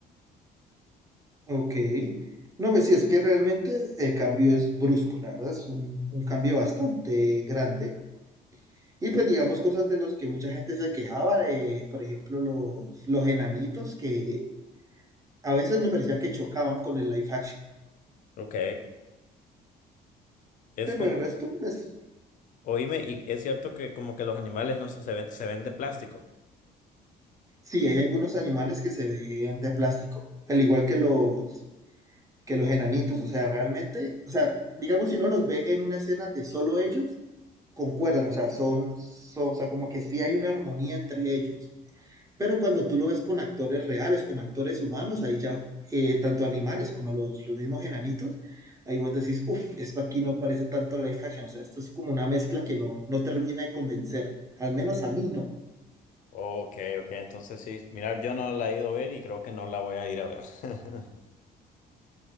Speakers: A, on the right; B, on the left.
A: Ok. No, pues sí, es que realmente el cambio es brusco, la verdad, es un, un cambio bastante grande. Y pues digamos cosas de los que mucha gente se quejaba, de, por ejemplo, los, los enanitos que a veces me parecía que chocaban con el live action,
B: Ok, es
A: pero
B: como,
A: el resto, pues
B: oíme, y es cierto que como que los animales no se, se ven, se ven de plástico.
A: sí, hay algunos animales que se ven de plástico, al igual que los, que los enanitos, o sea, realmente, o sea, digamos si uno los ve en una escena de solo ellos, concuerdan, o sea, son, son, o sea, como que sí hay una armonía entre ellos Pero cuando tú lo ves con actores reales, con actores humanos, ahí ya, eh, tanto animales como los, los mismos enanitos, ahí vos decís, uff, esto aquí no parece tanto live action, o sea, esto es como una mezcla que no, no termina de convencer, al menos a mí no.
B: Ok, ok, entonces sí. Mira, yo no la he ido a ver y creo que no la voy a ir a ver. <laughs>